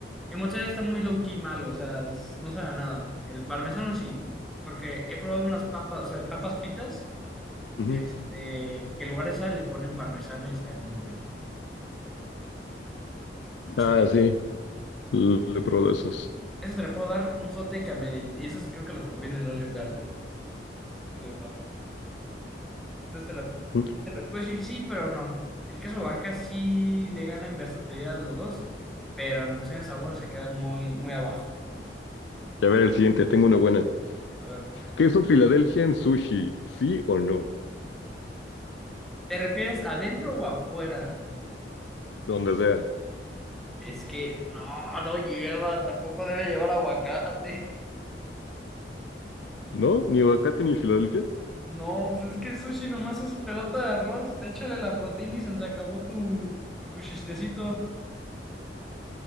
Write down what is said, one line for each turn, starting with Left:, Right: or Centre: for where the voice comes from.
Centre: El mozzarella está muy low key malo, o sea, es- no sabe a nada. El parmesano sí, porque he probado unas papas, o sea, de papas fritas,
Left: Ujú.
Centre: este, que en lugar de sal le ponen parmesano y sabe muy rico. O
Left: Ah,
Centre: sea,
Left: sí. Le pruebo esos.
Centre: eso te lo puedo dar un hot take a media, y esos creo que los probé en el Olive Garden, ese estilo de papas. Entonces te lo,
Left: Ujú.
Centre: te lo puedo decir sí, pero no. El queso Oaxaca sí le gana en versatilidad a los dos, pero en cuestión de sabor se queda muy, muy abajo.
Left: Y a ver el siguiente. Tengo una buena.
Centre: A ver,
Left: ¿Queso Filadelfia en sushi? ¿Sí o no?
Centre: ¿te refieres adentro o afuera?
Left: Donde sea.
Centre: Es que no, no lleva, tampoco debe llevar aguacate. <laughs>
Left: ¿No? ¿Ni aguacate ni Filadelfia?
Centre: No, pues es que el sushi nomás es pelota de arroz, échale la proteína y se se acabó tu, tu chistecito.